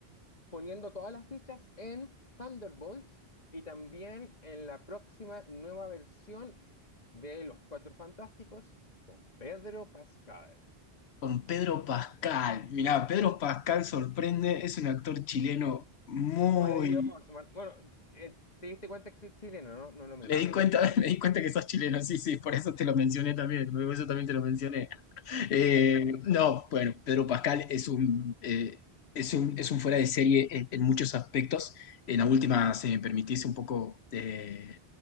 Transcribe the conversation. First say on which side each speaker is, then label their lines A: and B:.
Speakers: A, on the left; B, on the left.
A: poniendo todas las fichas en Thunderbolts y también en la próxima nueva versión de Los Cuatro Fantásticos con Pedro Pascal.
B: Con Pedro Pascal. Mirá, Pedro Pascal sorprende, es un actor chileno muy...
A: Maravilloso. mar- bueno, eh, te diste cuenta que soy chileno, ¿no? No lo mencioné.
B: Me di cuenta, <laughs> me di cuenta que sos chileno, sí, sí, por eso te lo mencioné también, por eso también te lo mencioné. Eh, no, bueno, Pedro Pascal es un, eh, es un, es un fuera de serie en, en muchos aspectos. En la última, se me permitís un poco eh,